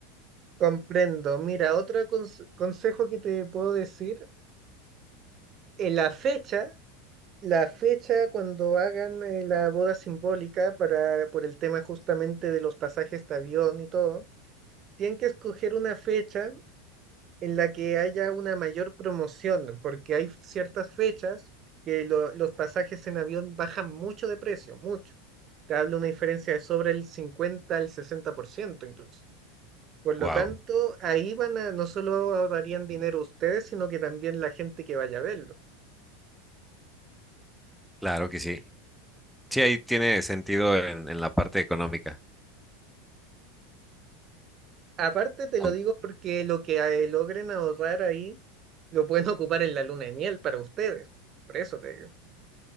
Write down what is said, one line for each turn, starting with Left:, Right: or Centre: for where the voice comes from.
Right: comprendo. Mira, otro cons- consejo que te puedo decir, eh, la fecha, la fecha cuando hagan eh, la boda simbólica para, por el tema justamente de los pasajes de avión y todo, tienen que escoger una fecha en la que haya una mayor promoción, porque hay ciertas fechas que lo- los pasajes en avión bajan mucho de precio, mucho. Te hablo una diferencia de sobre el 50 al 60% incluso. Por lo
Centre: Wow,
Right: tanto, ahí van a, no solo ahorrarían dinero ustedes, sino que también la gente que vaya a verlo.
Centre: claro que sí. Sí, ahí tiene sentido en, en la parte económica.
Right: Aparte, te lo
Centre: Aun-
Right: digo porque lo que eh, logren ahorrar ahí lo pueden <laughs> ocupar en la luna de miel para ustedes. Por eso te digo.